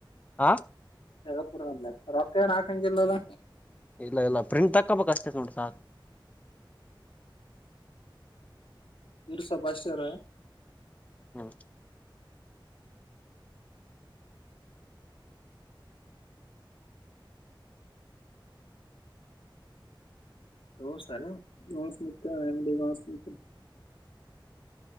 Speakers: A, on the left; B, on the left.
A: ಆ
B: ಗಪುರ ಅಲ್ಲ ರೊಕ್ಕ ರಾಕಂ ಜಿಲ್ಲಲ್ಲ
A: ಇಲ್ಲ ಇಲ್ಲ ಪ್ರಿಂಟ್ ತಕೋಬೇಕ ಅಷ್ಟೇತ್ ನೋಟಿ ಸಾಾರ್
B: ಇರುಸಭಾಷರ
A: ಹಾ
B: ೋಸಲ್ಲ ಗಾಸ್ ಮುಕ್ಕಾಸ್ ಮು